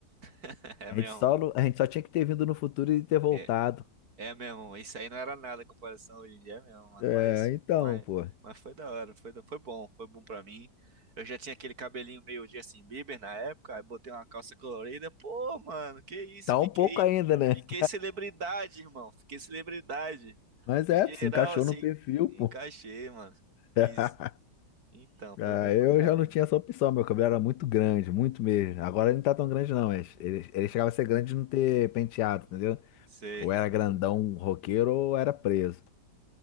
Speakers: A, on the right; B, on the left.
A: <laughs> É
B: A
A: mesmo.
B: gente só, não- a gente só tinha que ter vindo no futuro e ter voltado.
A: É, é mesmo. Isso aí não era nada em comparação hoje em dia, é mesmo, mano.
B: É,
A: Mas,
B: então,
A: mas,
B: pô.
A: mas foi da hora, foi, da- foi bom, foi bom pra mim. Eu já tinha aquele cabelinho meio Justin Bieber na época, aí botei uma calça colorida. Pô, mano, que isso?
B: Tá
A: Fiquei,
B: um pouco ainda, né?
A: fiquei celebridade, irmão. Fiquei celebridade.
B: Mas
A: Geral,
B: é, se encaixou
A: assim,
B: no perfil,
A: encaixei,
B: pô.
A: mano.
B: <laughs>
A: Fiz. Então, foi
B: Ah,
A: bom
B: eu
A: pra caramba.
B: já não tinha essa opção, meu cabelo era muito grande, muito mesmo. Agora ele não tá tão grande, não, mas ele, ele chegava a ser grande de não ter penteado, entendeu?
A: Sei,
B: Ou era grandão roqueiro ou era preso.